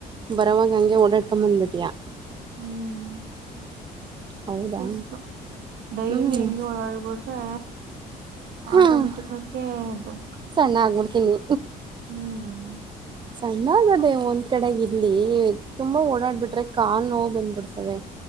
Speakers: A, on the right; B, on the right.
A: ಬರವಾಗ ಹಂಗೆ ಓಡಾಡ್ಕೊಂಬಂದ್ಬಿಟಿಯಾ
B: ಹ್ಮ್
A: ಹೌದಾ
B: ಷ್ಟತ ಡೈಲಿ
A: ಹ್ಞೂ
B: ಹೆಂಗಗೆ ಓಡಾಡ್ಬಿಟ್ರೆ
A: ಹಾಂ
B: ಆಟೋಮೆಟಿಕ್ ಆಕಿ ಇ
A: ಸಣ್ಣ ಆಗ್ಬಿಡ್ತೀನಿ
B: ಹ್ಮ್
A: ಸಣ್ಣಾಗದೇ ಒನ್ ಕಡೆಗೆ ಇಲ್ಲಿ ತುಂಬಾ ಓಡಾಡ್ಬಿಟ್ರೆ ಕಾನ್ ನೋವು ಬಂದ್ಬಿಡ್ತವೆ